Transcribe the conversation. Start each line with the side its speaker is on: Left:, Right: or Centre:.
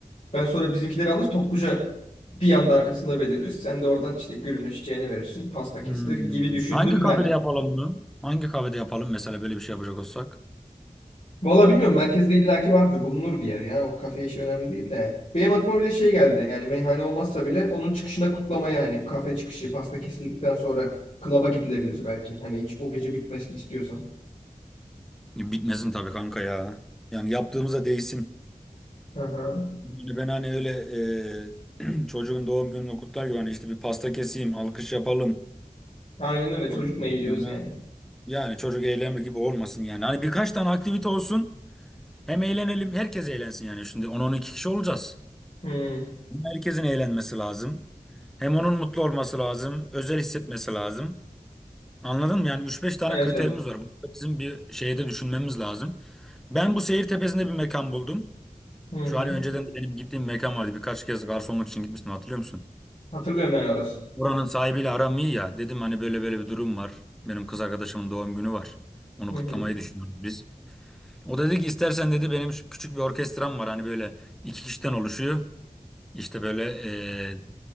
Left: Ben sonra bizimkileri alır topluca bir anda arkasında beliririz. Sen de oradan işte gülünü çiçeğini verirsin pasta kesilir
Centre: Hmm.
Left: gibi düşündüm
Centre: Hangi kafede
Left: ben.
Centre: yapalım bunu? Hangi kafede yapalım mesela böyle bir şey yapacak olsak?
Left: Valla bilmiyorum merkezde illaki vardır bulunur bir yer ya o kafe işi önemli değil de. Benim aklıma bir de şey geldi yani meyhane olmazsa bile onun çıkışına kutlamaya hani kafe çıkışı pasta kesildikten sonra klaba gidilebilir belki. Hani hiç o gece bitmesini istiyorsan.
Centre: Bitmesin tabii kanka ya. Yani yaptığımıza değsin.
Left: Hı hı.
Centre: Yani ben hani öyle e, <clears throat> çocuğun doğum gününü kutlar gibi hani işte bir pasta keseyim, alkış yapalım.
Left: Aynen öyle çocuk
Centre: Ondan
Left: mu eğiliyoruz
Centre: sonra
Left: yani.
Centre: yani çocuk eğlenme gibi olmasın yani. Hani birkaç tane aktivite olsun. Hem eğlenelim, herkes eğlensin yani. Şimdi on on iki kişi olacağız.
Left: Hı.
Centre: Hem herkesin eğlenmesi lazım. Hem onun mutlu olması lazım, özel hissetmesi lazım. Anladın mı? Yani üç beş tane
Left: Evet
Centre: kriterimiz
Left: evet.
Centre: var. Bu da bizim bir şeyde düşünmemiz lazım. Ben bu seyir tepesinde bir mekan buldum.
Left: Hı hı.
Centre: Şu hani önceden de benim gittiğim mekan vardı. Birkaç kez garsonluk için gitmiştim hatırlıyor musun?
Left: Hatırlıyorum ben orası.
Centre: Oranın sahibiyle aram iyi ya. Dedim hani böyle böyle bir durum var. Benim kız arkadaşımın doğum günü var. Onu
Left: Hı
Centre: kutlamayı
Left: hı.
Centre: düşünüyoruz biz. O dedi ki istersen dedi benim şu küçük bir orkestram var. Hani böyle iki kişiden oluşuyor. İşte böyle eee,